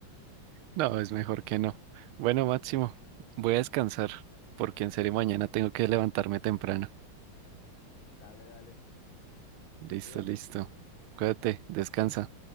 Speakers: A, on the right (about 80°); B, on the left (about 70°).
A: No, es mejor que no. Bueno, Máximo, voy a descansar porque en serio mañana tengo que levantarme temprano.
B: Dale, dale.
A: Listo,
B: Cuídate.
A: listo. Cuídate, descansa.